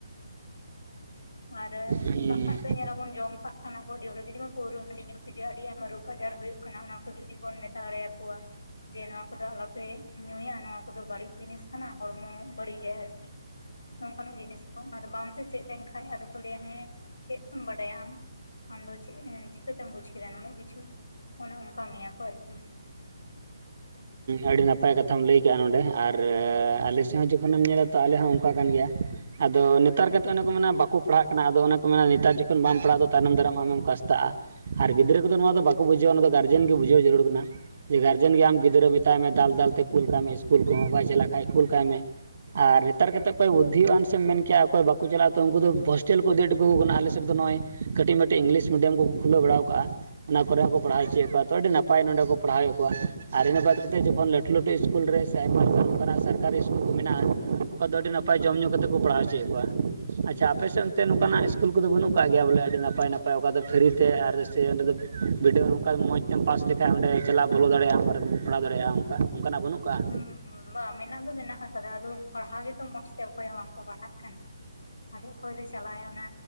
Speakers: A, on the right; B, on the left.
A: <inaudible>
B: ᱟᱨ
A: ᱦᱮᱸ
B: ᱵᱟᱠᱷᱟᱡ ᱫᱚ ᱧᱮᱞᱟᱵᱚᱱ ᱡᱚᱢ ᱠᱟᱜ ᱠᱟᱱᱟ ᱠᱚ ᱟᱰᱤ ᱦᱚᱲᱜᱮ ᱡᱮᱢᱚᱱ ᱯᱟᱹᱣᱨᱟᱹ ᱦᱟᱺᱰᱤ ᱟᱹᱰᱤ ᱟᱭᱢᱟ ᱨᱳᱜᱽ ᱟᱡᱟᱨ ᱦᱳᱭᱳᱜ ᱠᱟᱱᱟ ᱚᱱᱟ ᱠᱚ ᱡᱩᱫᱤ ᱵᱚᱱ ᱢᱮᱛᱟ ᱫᱟᱲᱮᱭᱟᱠᱚᱣᱟ᱾ ᱡᱮ ᱱᱚᱣᱟ ᱠᱚᱫᱚ ᱟᱞᱚᱯᱮ ᱧᱩᱭᱟ ᱱᱚᱣᱟ ᱠᱚᱫᱚ ᱵᱟᱹᱲᱤᱡ ᱡᱤᱱᱤᱥ ᱠᱟᱱᱟ ᱦᱚᱲᱢᱚ ᱵᱟᱹᱲᱤᱡᱟᱭ ᱟᱨᱠᱤ᱾ ᱱᱚᱝᱠᱟᱱᱟᱜ ᱡᱤᱱᱤᱥ ᱠᱚ ᱟᱫᱚ ᱵᱟᱢ ᱥᱮᱪᱮᱫ ᱞᱮᱱᱠᱷᱟᱱ ᱟᱫᱚ ᱠᱚ ᱞᱟᱹᱭᱟ ᱦᱮᱸ ᱪᱮᱫ ᱮᱢ ᱵᱟᱰᱟᱭᱟ ᱟᱢ? ᱟᱢᱫᱚ ᱪᱮᱫ ᱪᱤᱠᱟᱹᱛᱮᱢ ᱵᱩᱡ ᱠᱮᱫᱟ ᱱᱩᱱᱟᱹᱜ ᱠᱤᱪᱷᱩ ᱚᱱᱮ ᱚᱱᱠᱟ ᱢᱮᱭᱟ ᱠᱚ ᱟᱨᱠᱤ᱾
A: ᱟᱹᱰᱤ ᱱᱟᱯᱟᱭ ᱠᱟᱛᱷᱟᱢ ᱞᱟᱹᱭ ᱠᱟᱜᱼᱟ᱾ ᱱᱚᱰᱮ ᱟᱨ ᱟᱞᱮ ᱥᱮᱫ ᱦᱚᱸ ᱡᱚᱠᱷᱚᱱᱮᱢ ᱧᱮᱞᱟ ᱛᱚ ᱟᱞᱮ ᱦᱚᱸ ᱚᱱᱠᱟ ᱠᱟᱱ ᱜᱮᱭᱟ᱾ ᱟᱫᱚ ᱱᱮᱛᱟᱨ ᱠᱟᱴᱟ ᱚᱱᱮ ᱠᱚ ᱢᱮᱱᱟ ᱵᱟᱠᱚ ᱯᱟᱲᱦᱟᱜ ᱠᱟᱱᱟ ᱟᱫᱚ ᱚᱱᱮ ᱠᱚ ᱢᱮᱱᱟ ᱱᱮᱛᱟᱨ ᱡᱚᱠᱷᱚᱱ ᱵᱟᱢ ᱯᱟᱲᱦᱟᱜ ᱫᱚ ᱛᱚ ᱛᱟᱭᱚᱢᱱ ᱫᱟᱨᱟᱢ ᱟᱢᱮᱢ ᱠᱟᱥᱛᱟᱜᱼᱟ᱾ ᱟᱨ ᱜᱤᱫᱽᱨᱟᱹ ᱠᱚᱫᱚ ᱱᱚᱣᱟ ᱫᱚ ᱵᱟᱠᱚ ᱵᱩᱡᱷᱟᱹᱣᱟ ᱱᱚᱣᱟ ᱫᱚ ᱜᱟᱨᱡᱮᱱ ᱜᱮ ᱵᱩᱡᱷᱟᱹᱣ ᱡᱟᱹᱨᱩᱲ ᱠᱟᱱᱟ᱾ ᱡᱮᱱ ᱜᱮ ᱟᱢ ᱜᱤᱫᱽᱨᱟᱹ ᱢᱮᱛᱟᱭ ᱢᱮ ᱫᱟᱞ ᱫᱟᱞ ᱛᱮ ᱠᱩᱞ ᱠᱟᱭ ᱢᱮ ᱤᱥᱠᱩᱞ ᱠᱚᱦᱚᱸ ᱵᱟᱭ ᱪᱟᱞᱟᱜ ᱠᱷᱟᱡ ᱠᱩᱞ ᱠᱟᱭ ᱢᱮ᱾ ᱟᱨ ᱱᱮᱛᱟᱨ ᱠᱟᱛᱮᱫ ᱚᱠᱚᱭ ᱵᱩᱫᱽᱫᱫᱷᱤᱣᱟᱱ ᱥᱮᱢ ᱢᱮᱱ ᱠᱮᱭᱟ ᱚᱠᱚᱭ ᱵᱟᱠᱚ ᱪᱟᱞᱟᱜᱼᱟ ᱛᱚ ᱩᱱᱠᱩ ᱫᱚ ᱦᱳᱥᱴᱮᱞ ᱠᱚ ᱤᱫᱤ ᱦᱚᱴᱚ ᱠᱟᱠᱚ ᱠᱟᱱᱟ ᱟᱞᱮᱥᱮᱫ ᱫᱚ ᱱᱚᱜᱼᱚᱭ, ᱠᱟᱹᱴᱤᱡ ᱢᱟᱹᱴᱤᱡ ᱤᱝᱞᱤᱥ ᱢᱤᱰᱤᱭᱟᱢ ᱠᱚᱠᱚ ᱠᱷᱩᱞᱟᱹᱣ ᱵᱟᱲᱟᱣ ᱠᱟᱜᱼᱟ᱾ ᱚᱱᱟ ᱠᱚᱨᱮ ᱦᱚᱸᱠᱚ ᱯᱟᱲᱦᱟᱣ ᱦᱚᱪᱚᱭᱮᱫ ᱠᱚᱣᱟ᱾ ᱛᱚ ᱟᱹᱰᱤ ᱱᱟᱯᱟᱭ ᱱᱚᱸᱰᱮ ᱠᱚ ᱯᱟᱲᱦᱟᱣᱮᱫ ᱠᱚᱣᱟ᱾ ᱟᱨ ᱤᱱᱟᱹ ᱵᱟᱫ ᱠᱟᱛᱮᱫ ᱡᱚᱠᱷᱚᱱ ᱞᱟᱹᱴᱩ ᱞᱟᱹᱴᱩ ᱤᱥᱠᱩᱞ ᱨᱮ ᱥᱮ ᱟᱭᱢᱟ ᱞᱮᱠᱟᱱ ᱚᱱᱠᱟᱱᱟᱜ ᱥᱟᱨᱠᱟᱨᱤ ᱥᱤᱥᱠᱩᱞ ᱠᱚ ᱢᱮᱱᱟᱜᱼᱟ᱾ ᱚᱠᱟ ᱫᱚ ᱟᱹᱰᱤ ᱱᱟᱯᱟᱭ ᱡᱚᱢ ᱧᱩ ᱠᱟᱛᱮᱫ ᱠᱚ ᱯᱟᱲᱦᱟᱣ ᱚᱪᱚᱭᱮᱫ ᱠᱚᱣᱟ᱾ ᱟᱪᱪᱷᱟ ᱟᱯᱮᱥᱮᱫ ᱚᱱᱛᱮ ᱱᱚᱝᱠᱟᱱᱟᱜ ᱤᱥᱠᱩᱞ ᱠᱚᱫᱚ ᱵᱟᱹᱱᱩᱜ ᱠᱟᱜ ᱜᱮᱭᱟ ᱵᱚᱞᱮ ᱟᱹᱰᱤ ᱱᱟᱯᱟᱭ? ᱱᱟᱯᱟᱭ ᱱᱟᱯᱟᱭ ᱚᱠᱟᱫᱚ ᱯᱷᱤᱨᱤᱛᱮ ᱟᱨ ᱥᱮ ᱚᱸᱰᱮ ᱫᱚ ᱵᱤᱰᱟᱹᱣ ᱱᱚᱝᱠᱟ ᱢᱚᱡᱽ ᱛᱮᱢ ᱯᱟᱥ ᱞᱮᱠᱷᱟᱱ ᱚᱸᱰᱮ ᱪᱟᱞᱟᱣ ᱵᱚᱞᱚ ᱫᱟᱲᱮᱭᱟᱜᱼᱟᱢ᱾ ᱫᱟᱲᱮᱭᱟᱜᱼᱟ ᱚᱱᱠᱟ ᱚᱱᱠᱟᱱᱟᱜ ᱵᱟᱹᱱᱩᱜ? ᱠᱟᱜᱼᱟ
B: ᱦᱩᱸ ᱵᱟᱝ ᱢᱮᱱᱟᱜ ᱫᱚ ᱢᱮᱱᱟᱜ ᱟᱠᱟᱫᱟ᱾ ᱟᱫᱚ ᱯᱟᱲᱦᱟᱣ ᱜᱮᱛᱚ ᱢᱚᱸᱡᱽ ᱛᱮ ᱚᱠᱚᱭ ᱦᱚᱸ ᱵᱟᱝᱠᱚ ᱯᱟᱲᱦᱟᱜ ᱠᱟᱱᱟ᱾ ᱟᱫᱚ ᱚᱠᱚᱭ ᱫᱚ ᱪᱟᱞᱟᱜᱼᱟᱭ ᱚᱱᱟ